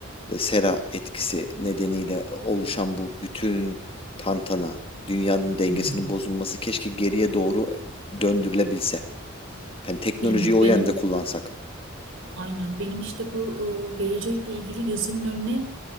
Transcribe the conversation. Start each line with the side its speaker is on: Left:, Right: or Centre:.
Left: e, sera etkisi nedeniyle oluşan bu bütün tantana, dünyanın dengesinin
Right: hı hı.
Left: bozulması keşke geriye doğru döndürülebilse. Hani teknolojiyi
Right: Değil mi?
Left: o
Right: Benim
Left: yönde kullansak.
Right: aynen benim işte bu e, gelecekle ilgili gözümün önüne